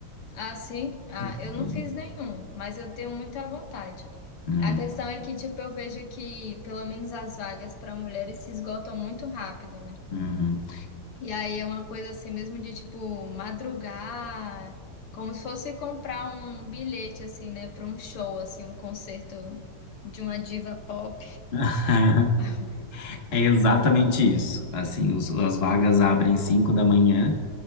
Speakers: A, on the left; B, on the left.
A: Ah, sim? Ah,
B: Fiz
A: eu não fiz
B: um.
A: nenhum, mas eu tenho muita vontade.
B: Ah,
A: A questão é que, tipo, eu vejo que, pelo menos as vagas para mulheres se esgotam muito rápido, né?
B: uhum.
A: E aí é uma coisa assim mesmo de, tipo, madrugar, como se fosse comprar um bilhete, assim, né, para um show, assim, um concerto de uma diva pop.
B: <laughs>
A: <laughs>
B: É exatamente isso. Assim, os- as vagas abrem 5 da manhã,